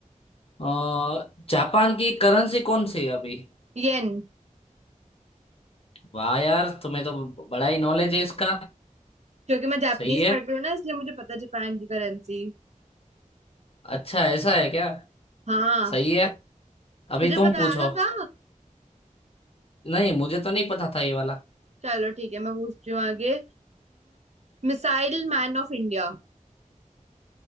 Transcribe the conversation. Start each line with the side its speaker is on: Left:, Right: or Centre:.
Left: अ, जापान की करेंसी कौन सी है अभी
Right: येन
Left: वाह यार तुम्हें तो बड़ा ही नॉलेज है इसका
Right: क्योंकि मैं जापानीज
Left: सही है
Right: पढ़ रही हूँ ना इसलिए मुझे पता है जापान की करेंसी
Left: अच्छा ऐसा है क्या
Right: हाँ
Left: सही है अभी
Right: तुझे
Left: तुम
Right: बताया
Left: पूछो
Right: तो था
Left: नहीं मुझे तो नहीं पता था ये वाला
Right: चलो ठीक है मैं पूछती हूँ आगे Missile man of India